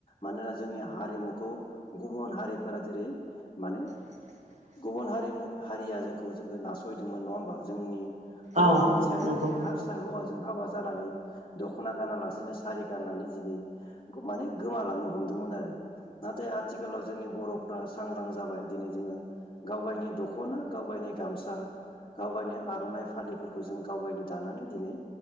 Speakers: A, on the left (about 35°); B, on the right (about 50°).
A: मानोना जोंनि हारिमुखौ। गुबुन हारिफोरा जेरै मानो
B: <inaudible>
A: गुबुन हारिमु हारिया जोंखौ जोङो नासयदोंमोन नङा होमबा जोंनि। गोबां
B: औ
A: मानसियानो
B: नंगौ
A: जेरै हारस हौवाजों हाबा जानानै दख'ना गानालासेनो सारि गाननानै दिनै माने गोमालांनो हमदोंमोन आरो। नाथाय आथिखालाव जोंनि बर'फ्रा सांग्रां जाबाय दिनै जोङो गाव गायनि दख'ना गाव गायनि गामसा गावगायनि आर'नाइ फालिफोरखौ जों गावगायनो दानानै दिनै